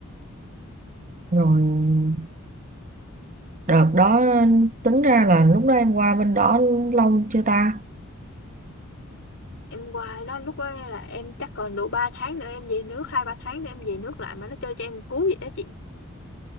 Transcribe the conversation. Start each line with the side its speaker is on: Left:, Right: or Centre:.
Right: rồi đợt đó tính ra là lúc đó em qua bên đó lâu chưa ta
Left: em qua nó lúc đó là em chắc còn độ 3 tháng nữa em về nước hai ba tháng nữa em về nước lại mà nó chơi cho em một cú vậy đó chị